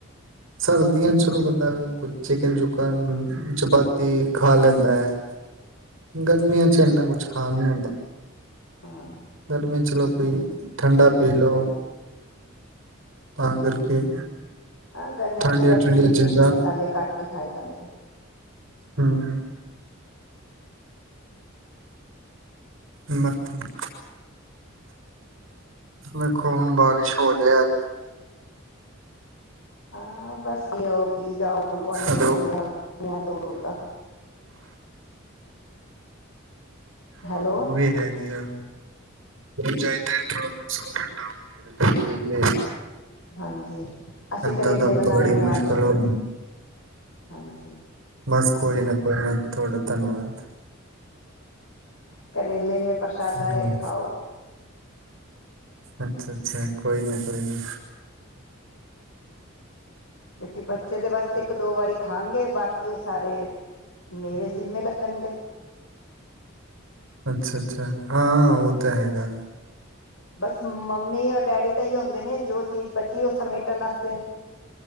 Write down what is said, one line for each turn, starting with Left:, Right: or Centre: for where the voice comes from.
Right: ਸਰਦੀਆਂ ਚਲੋ ਬੰਦਾ ਕੁਛ ਚਿਕਨ ਚੁੱਕਨ ਚਪਾਤੀ ਖਾ ਲੈਂਦਾ ਹੈ। ਗਰਮੀਆਂ ਚ ਇੰਨਾ ਕੁਛ ਖਾਣ ਨੀ ਹੁੰਦਾ।
Left: ਹਾਂ
Right: ਗਰਮੀਆ ਚ ਲੋਕ, ਕੋਈ ਠੰਡਾ ਪੀ ਲਓ ਤਾਂ ਕਰਕੇ,
Left: ਹਾਂ ਗਰਮੀਆਂ
Right: ਠੰਡੀਆਂ-ਠੰਡੀਆਂ
Left: ਵੈਸੇ ਹੀ
Right: ਚੀਜ਼ਾਂ
Left: ਮਿਰਚ ਮਸਾਲੇ ਘੱਟ ਹੀ ਖਾਏ ਜਾਦੇ ਐ।
Right: ਹਮ ਹਮ <unintelligible> ਦੇਖੋ, ਹੁਣ ਬਾਰਿਸ਼ ਹੋ ਜਾਏ ਅੱਜ।
Left: ਹਾਂ, ਬਸ ਇਹ ਉਹ ਕੀ ਜਾਓ ਗੁਲੁਆਂਢੀ
Right: ਹੈਲੋ
Left: ਇੱਕੋਰ ਦ ਦੂਰ ਤੱਕ
Right: ਹਾਂ,
Left: ਹੈਲੋ
Right: ਉਹ ਵੀ ਹੈਗੀ ਆ। ਜਾਈਦੇ, ਥੋੜਾ ਮੌਸਮ ਠੰਡਾ ਹੋ ਜਾਏਗਾ, ਠੀਕ ਰਹੇਗਾ।
Left: ਹਾਂਜੀ। ਅਸੀਂ
Right: ਇੱਦਾਂ
Left: ਕਰੇਲੇ
Right: ਤਾਂ ਬੜੀ
Left: ਬਣਾਏ ਨੇ
Right: ਮੁਸ਼ਕਿਲ
Left: ਆ ਜਾਓ
Right: ਹੋ।
Left: ਹਾਂਜੀ।
Right: ਬਸ ਕੋਈ ਨਾ, ਕੋਈ ਨਾ, ਤੁਹਾਡਾ ਧੰਨਵਾਦ।
Left: ਕਰੇਲੇ ਨੇ, ਪ੍ਰਸ਼ਾਦ
Right: ਹੂੰ
Left: ਆਏ ਖਾਓ।
Right: ਅੱਛਾ -ਅੱਛਾ, ਕੋਈ ਨਾ ਕੋਈ ਨਾ।
Left: ਕਿ ਬੱਚੇ ਤੇ ਬਸ ਇੱਕ ਦੋ ਵਾਰੀ ਖਾਣਗੇ, ਬਾਕੀ ਉਹ ਸਾਰੇ ਮੇਰੇ ਜਿਮੇੱ ਲੱਗਣਗੇ
Right: ਅੱਛਾ- ਅੱਛਾ, ਹਾਂ ਉਹ ਤੈ ਹੈਗਾ।
Left: ਬਸ ਮੰਮੀ ਔਰ ਡੈਡੀ ਤਾਂ ਹੀ ਹੁੰਦੇ ਨੇ, ਜੋ ਚੀਜ਼ ਬਚੀ ਉਹ ਸਮੇਟਣ ਵਾਸਤੇ।